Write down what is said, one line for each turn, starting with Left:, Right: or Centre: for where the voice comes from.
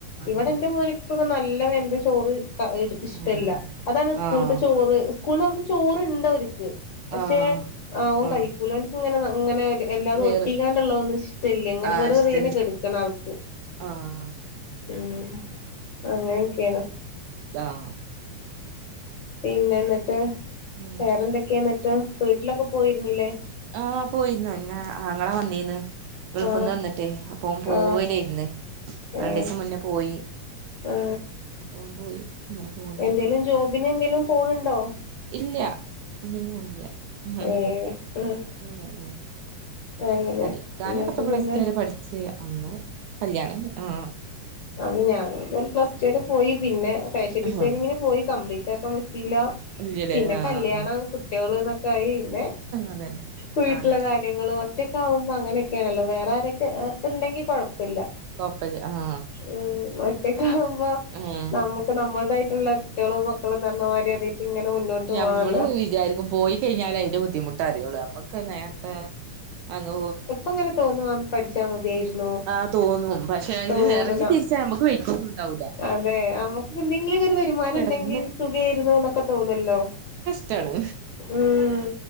Right: അങ്ങനെ
Left: ഇവിടെ എന്റെ മോനിക്ക് ഒക്കെ നല്ല വെന്തചോറ് ഇഷ്ടല്ല
Right: ആഹ്
Left: അതാണ് സ്കൂളിൽതെ
Right: ആഹ്
Left: ചോറ് സ്കൂൾന്റെ അവിടുന്ന് ചോറണ്ട് അവർക്ക് പക്ഷെ
Right: ആഹ്
Left: ഓൻ
Right: ആഹ്
Left: കഴിക്കൂല അവനിക്ക് ഇങ്ങനെ ഇങ്ങനെ എല്ലാതും
Right: വേറ്
Left: ഒട്ടിക്കാണ്ടള്ളോന്നും ഇഷ്ടല്ലേ അങ്ങനെ
Right: ആഹ്
Left: വെറു
Right: ഇഷ്ട
Left: വെറുനെ കെടുക്കണ ആൾക്ക്
Right: ആഹ്
Left: ഉം അങ്ങനെയൊക്കെയാണ്
Right: ആഹ്
Left: പിന്നെ എന്നിട്ട്
Right: ഉം
Left: വേറെന്തൊക്കെയാ എന്നിട്ട് വീട്ടിലൊക്കെ പോയിരുന്നില്ലേ
Right: ആഹ് പോയിരുന്നു ഇന്നാ അങ്ങളെ വന്നീന്ന് ഗൾഫ്ന്ന്
Left: ആ
Right: വന്നിട്ട് അപ്പ ഓൻ പോവലായിരിന്ന്
Left: ആ
Right: രണ്ടിസം
Left: ഏ
Right: മുന്നേ പോയി
Left: ആ
Right: അപ്പം പോയി അങ്ങനെ പോന്ന്
Left: എന്തേലും ജോബിന് എന്തേലും പോണണ്ടോ
Right: ഇല്ല ഒന്നിനും പോണില്ല ഉം
Left: ഏഹ് ഉം
Right: ഉം
Left: അങ്ങനെ
Right: പഠിക്കാനൊക്കെപ്പ
Left: എന്നിട്ട്
Right: പ്ലസ്
Left: പിന്നെ
Right: ടു വരെ പഠിച്ച അന്ന് കല്യാണം ആ
Left: അന്ന് ഞാൻ ഒരു പ്ലസ് ടു വരെ പോയി പിന്നെ ഫാഷൻ ഡിസൈനിങ്ങിന്
Right: ആഹ്
Left: പോയി കംപ്ലീറ്റ് ആക്കാൻ പറ്റിയില്ല
Right: ഇല്ലല്ലേ
Left: പിന്നെ
Right: ആഹ്
Left: കല്യാണം
Right: ആഹ്
Left: കുട്ടി കളൊക്കെ ആയി പിന്നെ
Right: അതന്നെ
Left: വീട്ടിലുള്ള
Right: അങ്ങനെ
Left: കാര്യങ്ങൾ ഒറ്റക്കെ ആകുമ്പോ അങ്ങനെയൊക്കെയാണല്ലോ വേ റേ ആരൊക്കെ ഉണ്ടെങ്കി കുഴപ്പില്ല
Right: കൊഴപ്പില്ല ആ
Left: ഉം ഒറ്റേക്കാവുമ്പോ
Right: ആഹ്
Left: നമുക്ക് നമ്മളുടെയിട്ടുള്ള കുട്ടികളും മക്കളും തരണമാര് അതായിട്ട് ഇങ്ങനെ മുന്നോട്ട്
Right: ഞമ്മള്
Left: പോകാണമല്ലോ
Right: വിചാരിക്കും പോയി കഴിഞ്ഞാല അതിന്റെ ബുദ്ധിമുട്ട് അറിയുള്ളു നമുക്ക് നേരത്തെ അങ്ങ്
Left: അപ്പ അങ്ങനെ തോന്നവാണ് പഠിച്ചാൽ മതിയായിരുന്നു
Right: ആഹ് തോന്നും പക്ഷെ അതിന്
Left: തോന്നുന്ന
Right: ഇറങ്ങി തീരിച്ചാ നമുക്ക് വഴിക്കൊന്നും ഉണ്ടാവൂല്ല
Left: അതെ നമുക്ക് എന്തെങ്കിലുമക്കൊ ഒരു വരുമാനം
Right: കെടന്ന്
Left: ഉണ്ടെങ്കിൽ സുഖായിരുന്നു എന്നൊക്കെ തോന്നല്ലോ
Right: റ്റാണ്
Left: ഉം